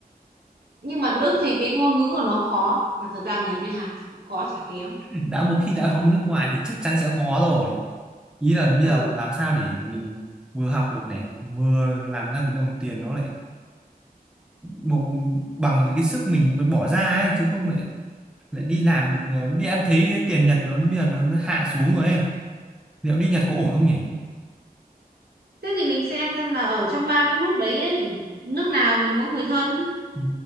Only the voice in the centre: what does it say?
<laughs> đã một khi đã học nước ngoài thì chắc chắn sẽ khó rồi ý là bây
giờ làm sao để mình vừa học được này vừa làm ra cái đồng tiền nó lại bộ bằng với cái sức mình mới bỏ ra ấy chứ không lại lại đi làm được ờ, đi em thấy tiền Nhật nó bây giờ nó hạ xuống rồi ấy Liệu đi Nhật có ổn không nhỉ?
Ừ.